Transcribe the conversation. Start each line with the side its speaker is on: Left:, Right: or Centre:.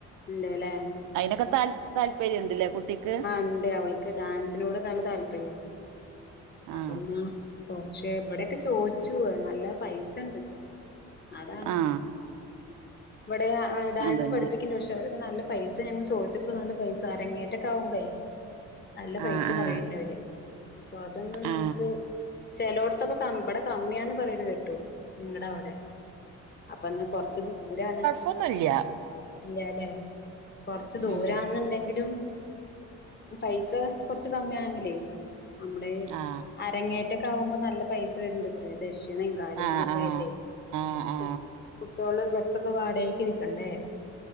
Left: ഉണ്ട്ല്ലേ
Right: അയിനൊക്കെ ത താല്പര്യംണ്ടില്ലേ കുട്ടിക്ക്
Left: ഇണ്ട് അവൾക്ക് ഡാൻസിനോട് നല്ല താല്പര്യം
Right: ആ
Left: അപ്പ എന്നാ കുറച്ച് എവിടെൊക്കെ ചോദിച്ചു നല്ല പൈസുണ്ട് അതാണ്
Right: ആ
Left: ഇവിടെ ഡാൻസ്
Right: അതന്നെ
Left: പഠിപ്പ പക്ഷെ അവട നല്ല പൈസ ഞങ്ങൾ ചോദിച്ചപ്പോ നല്ല പൈസ അരങ്ങേട്ടൊക്ക ആകും പ നല്ല പൈസ
Right: ആ ആ
Left: കൊറയണ്ട അവര് അപ്പൊ അതൊന്നും നമുക്ക്
Right: ആ
Left: ചെിലോടത്തപ്പ ക ഇവിടെ കമ്മിയാന്ന് പറയുന്നത് കേട്ടു നിങ്ങളുടെ അവിടെ അപ്പൊ ഒന്ന് കൊറച്ച് ദൂരാണ്
Right: ഒന്നുല്ല
Left: ഇല്ലല്ലെ കൊറച്ച് ദൂരെന്നുണ്ടെങ്കിലും
Right: ഉം
Left: പൈസ കുറച്ച് കമ്മിയ ആണെങ്കിലേ നമ്മള
Right: ആ
Left: അരങ്ങേറ്റ മറ്റക്ക ആകുമ്പോ നല്ല പൈസ വരുണ്ട് ഇത്ര ദക്ഷണ കാര്യങ്ങളും
Right: ആ
Left: ഒക്കെ
Right: ആ
Left: ആയിട്ടേ
Right: ആ ആ
Left: കു കുട്ടികളുടെ ഡ്രസ്സൊക്കെ വാടകക്ക് ഇരിക്കണ്ടേ